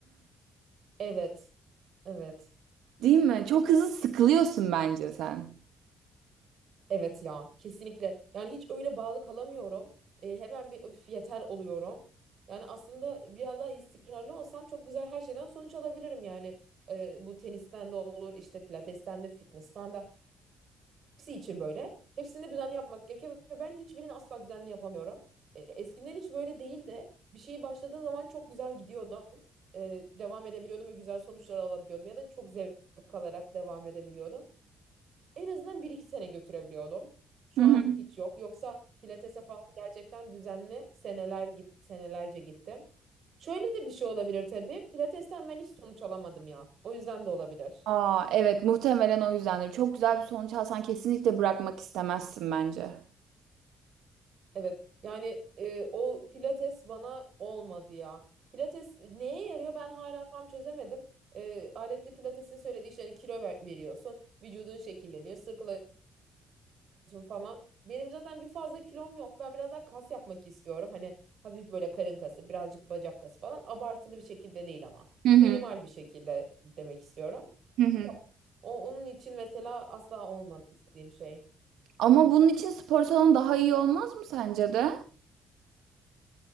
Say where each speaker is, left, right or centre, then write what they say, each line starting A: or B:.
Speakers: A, on the right; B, on the right.
A: Evet. Evet.
B: Değil mi? Çok hızlı sıkılıyorsun bence sen.
A: Evet ya. Kesinlikle. Yani hiç öyle bağlı kalamıyorum. E, hemen bir öf yeter oluyorum. Yani aslında biraz daha istikrarlı olsam çok güzel her şeyden sonuç alabilirim yani. E, bu tenisten de olur, işte pilatesten de, fitness'tan da. hepsi için böyle. Hepsini düzenli yapmak gerekiyor ve ben hiçbirini asla düzenli yapamıyorum. E, eskiden hiç böyle değil de bir şeyi başladığım zaman çok güzel gidiyordum. E, devam edebiliyordum ve güzel sonuçlar alabiliyordum ya da çok zevk alarak devam edebiliyordum. En azından bir iki sene götürebiliyordum. Şu
B: Hı hı.
A: an hiç yok. Yoksa pilatese falan gerçekten düzenli seneler git senelerce gittim. Şöyle de bir şey olabilir tabii. Pilatesten ben hiç sonuç alamadım ya. O yüzden de olabilir.
B: Aa, evet muhtemelen o yüzdendir. Çok güzel bir sonuç alsan kesinlikle bırakmak istemezsin bence.
A: Evet yani e, o pilates bana olmadı ya. Pilates e, neye yarıyor ben hala tam çözemedim. E, aletli pilatesin söylediği işte hani kilo ver- veriyorsun. Vücudun şekilleniyor, sıkılaşıyorsun falan. Benim zaten bir fazla kilom yok. Ben biraz daha kas yapmak istiyorum. Hani hafif böyle karın kası, birazcık bacak kası falan. Abartılı bir şekilde değil ama.
B: Hı hı.
A: Minimal bir şekilde demek istiyorum.
B: Hı hı.
A: Yok, O, onun için mesela asla olmadı istediğim şey.
B: Ama bunun için spor salonu daha iyi olmaz mı sence de?